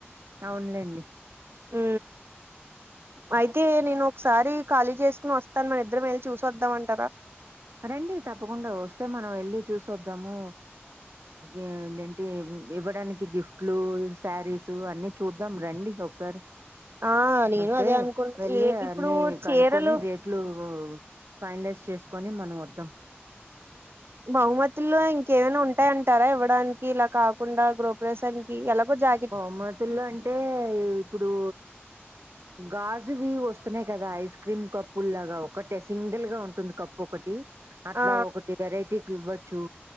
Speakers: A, on the right (about 85°); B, on the right (about 60°).
A: అవునులేండి
B: ఉ అయితే నేను ఒకసారి ఖాళీ చేసుకుని వస్తాను మన ఇద్దరు వెళ్ళి చూసి వద్దాం అంట
A: రండి తప్పకుండా వస్తే మనం వెళ్ళి చూసి వద్దాము ఏంటంటి ఇవ్వడానికి గిఫ్ట్లు శారీస్ అన్ని చూద్దాం రండి ఒకసారి
B: ఆ నేను
A: వస్తే
B: అదే అనుకున్
A: వెళ్ళి
B: ఏ ఇప్పుడు
A: అన్ని
B: చీరలు
A: కనుక్కొని రేట్ ఇట్లు ఫైనలైజ్ చేసుకొని మనం వద్దాం
B: బహుమతుల్లో ఇంకేమైనా ఉంటాయంటారా ఇవ్వడాన్ ఇలా కాకుండా గృహప్రదేశానికి ఎలాగో జా
A: బహుమతుల్లో అంటే ఇప్పుడు గాజువి వస్తున్నాయి కదా ఐస్ క్రీమ్ కప్పు లాగా ఒకటే సింగిల్ గా ఉంటుంది. కప్పు ఒకటి అట్లా
B: ఆ
A: ఒకటి వెరైటీకి ఇవ్వచ్చు